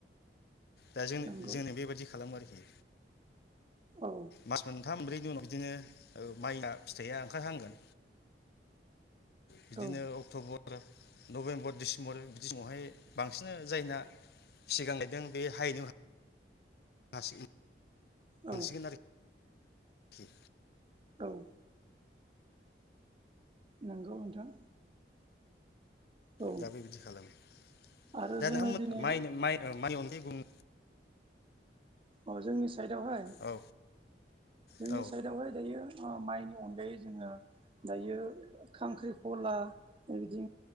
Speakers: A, on the left; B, on the right.
A: दा जों
B: नंगौ
A: जोंनो बेबायदि खालामो आरोखि
B: औ
A: मास मोनथाम मोन बिनि उनाव बिदिनो माइना फिथाइया ओंखारहांगोन बिदिनो
B: औ
A: अक्टबर नभेम्बर डिसेम्बर बिदि समावहाय बांसिन जायना सिगां गायदों बे हायनो दासिम
B: औ
A: मोनसिगोन आरो खि
B: औ नंगौ नोंथां औ
A: दा बे बिदि खालामो
B: आरो
A: दा
B: जोङो
A: नोंथां
B: दिनै
A: माइनि माइ माइनि अनगायै <inaudible>
B: अ जोंनि साइदावहाय
A: औ
B: जोंनि
A: औ
B: साइडआवहाय दायो अ माइनि अनगायै जोङो दायो खांख्रिखला इदि